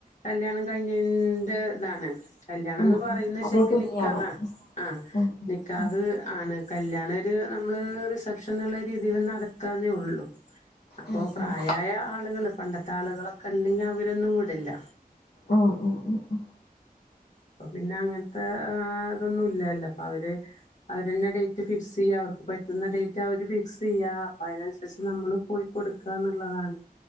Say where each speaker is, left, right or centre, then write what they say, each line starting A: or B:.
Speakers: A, on the left; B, on the left.
A: കല്യാണം കഴിഞ്ഞതിന്റെ ഇതാണ് കല്യാണം
B: ഉം
A: ന്ന് പറയുന്നത്
B: ഉം അതേ
A: ശെരിക്കും
B: തുല്യാണ്
A: നിക്കാഹാണ് ആഹ്
B: ഉം ഉം
A: നിക്കാഹ്
B: ഉം
A: ആണ് കല്യണം ഒരു നമ്മള് റിസപ്ഷൻ എന്നുള്ള രീതിയിൽ നടത്തെന്നേ ഉള്ളു അപ്പൊ
B: ഉം
A: പ്രായായ
B: ഉം
A: ആളുകള് പണ്ടത്തെ ആളുകളൊക്കെണ്ടെങ്കിൽ അവരൊന്നും വിടില്ല
B: ഉം ഉം ഉം
A: പ്പൊ പിന്നെ അങ്ങൻത്തെ അതൊന്നും ഇല്ലല്ലോ അപ്പൊ അവര് അവരന്നെ ഡേറ്റ് ഫിക്സെയ്യ അവർക്ക് പറ്റുന്ന ഡേറ്റ് അവര് ഫി ക്സ് ചെയ്യാ അപ്പൊ അതിനനുസരിച്ച് നമ്മള് പോയി കൊടുക്കാന്ന്ള്ളതാണ്